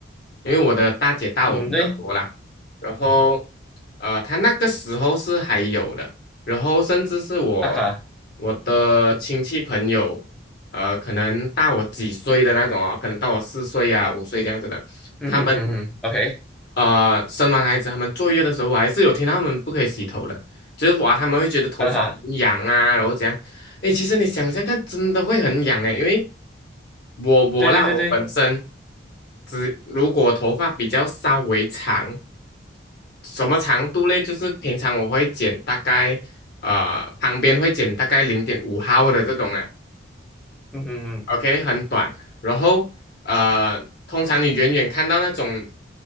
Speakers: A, on the left; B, in the centre.
A: 因为我的大姐大我比较多啦，
B: 嗯，对
A: 然后呃，她那个时候是还有的，然后甚至是我
B: 啊哈，
A: 我的亲戚朋友，呃，可能大我几岁的那种哦，可能大我四岁啊五岁这样子的。
B: 嗯嗯嗯嗯，OK
A: 他们呃，生完孩子他们坐月的时候，我还是有听到他们不可以洗头的，就是哇，他们会觉得头发很痒啊，
B: 啊哈，
A: 然后怎样？诶，其实你想想看，真的会很痒诶，因为我我啦，
B: 对对对对，
A: 我本身只如果头发比较稍微长，什么长度嘞？就是平常我会剪大概呃旁边会剪大概零点五毫的这种啊，
B: 嗯嗯
A: OK，很短。然后呃，通常你远远看到那种